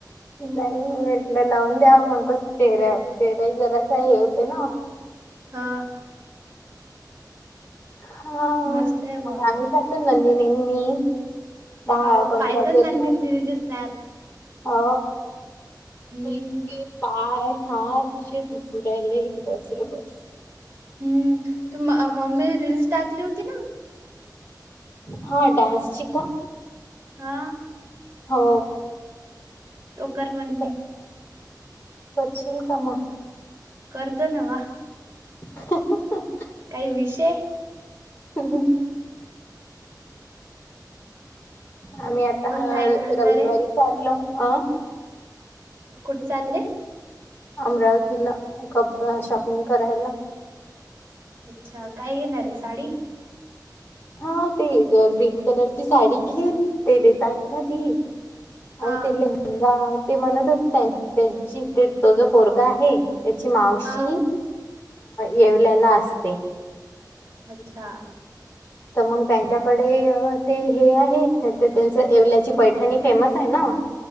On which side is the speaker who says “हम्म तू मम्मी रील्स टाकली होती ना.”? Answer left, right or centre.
Right